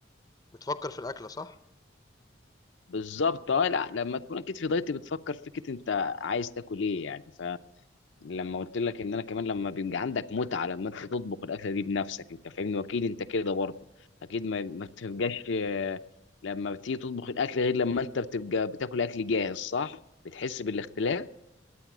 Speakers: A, on the left; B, on the left.
A: بتفكر في الاكلة صح
B: بالظبط اه لا لما تكون اكيد في دايت بتفكر فكره انت عايز تاكل ايه يعني لما قلت لك ان انا كمان لما بيبقى عندك متعه لما انت تطبخ الاكله دي بنفسك انت فاهمني واكيد انت كده برضه اكيد ما ما بتبقاش آه، لما بتيجي تطبخ الاكل غير لما انت بتبقى بتاكل اكل جاهز صح بتحس بالاختلاف